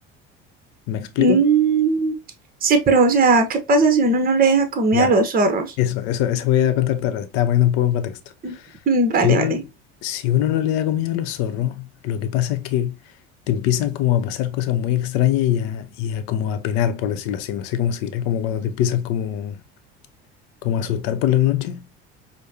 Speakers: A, on the left; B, on the right.
A: ¿Me explico?
B: Mm, sí, pero o sea, ¿qué pasa si uno no le deja comida
A: Ya.
B: a los zorros?
A: Eso, eso, eso voy a contar tarde. Estaba poniendo un poco en contexto.
B: <laughs> Mm,
A: Si
B: Vale,
A: uno,
B: vale.
A: si uno no le da comida a los zorros, lo que pasa es que te empiezan como a pasar cosas muy extrañas y a, y a como a penar, por decirlo así. No sé cómo se dirá, como cuando te empiezan como, como a asustar por la noche.